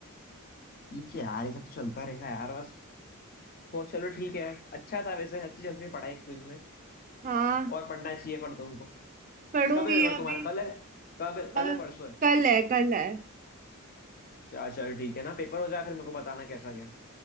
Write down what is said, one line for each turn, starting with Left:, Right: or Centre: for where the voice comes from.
Left: ठीक है यार ये सब तो चलता रहेगा यार बस वो चलो ठीक है अच्छा था वैसे अच्छी चल रही पढ़ाई क्विज में
Right: हाँ
Left: और पढ़ना चाहिए पर तुमको
Right: पढ़ूंगी
Left: कब है पेपर
Right: अभी
Left: तुम्हारा कल है कब है कल
Right: अ,
Left: है परसों है
Right: कल है कल है
Left: चल चल ठीक है ना पेपर हो जाए फिर मेरे को बताना कैसा गया